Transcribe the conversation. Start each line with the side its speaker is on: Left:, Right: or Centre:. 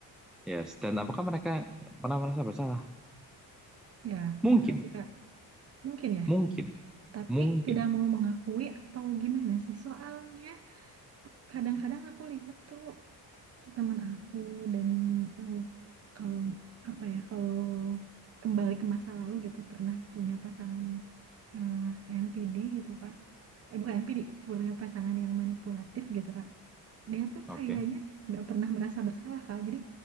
Centre: Yes, dan apakah mereka pernah merasa bersalah?
Right: Ya, pernah
Centre: Mungkin,
Right: gak sih Kak? Mungkin ya.
Centre: mungkin,
Right: Tapi
Centre: mungkin.
Right: tidak mau mengakui atau gimana sih? Soalnya kadang-kadang aku lihat tuh teman aku dan eh, kalau apa ya kalau kembali ke masa lalu gitu pernah punya pasangan eh, NPD gitu Kak. Eh bukan NPD, punya pasangan yang manipulatif gitu Kak. Dia tuh
Centre: Oke,
Right: kayaknya nggak pernah merasa bersalah Kak. Jadi